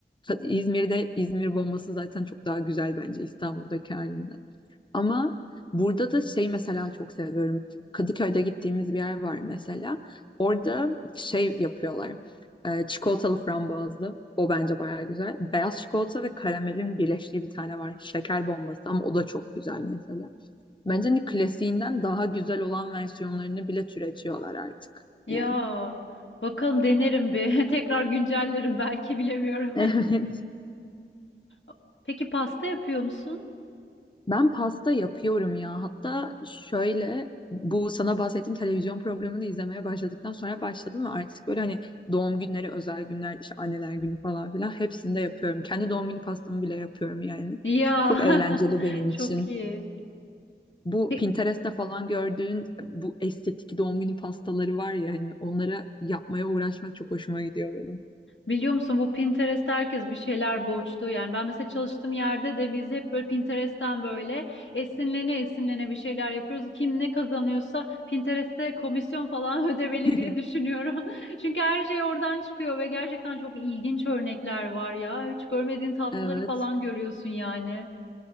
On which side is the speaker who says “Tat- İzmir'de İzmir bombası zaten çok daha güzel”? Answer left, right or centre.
Left